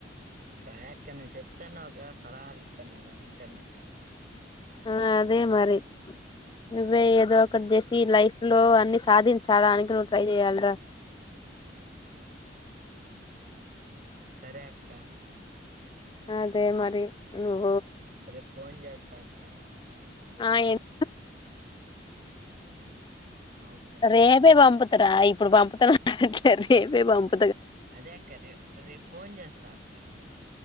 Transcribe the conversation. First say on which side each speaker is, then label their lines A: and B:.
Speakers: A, on the right; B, on the left.
A: సరే అక్క నువ్వు చెప్తాన్నావుక సలహాలు ఇత్త న్నావవు గా ని వింటాన అక్క
B: ఆ అదే మరి నువ్వే ఏదో ఒకటి చేసి లైఫ్ లో అన్ని సాధించాలానికి నువ్వు ట్రై చెయ్యాలరా
A: సరే అక్క
B: అదే మరి నువ్
A: అదే ఫోన్ చేస్తా అక్క
B: ఆ ఎమ్
A: ఆ ఓకే అక్క
B: రేపే పంపుతరా ఇప్పుడు పంపుతనా అ రేపే పంపు
A: అదే అక్క రే రేపు ఫోన్ చేస్తా అక్క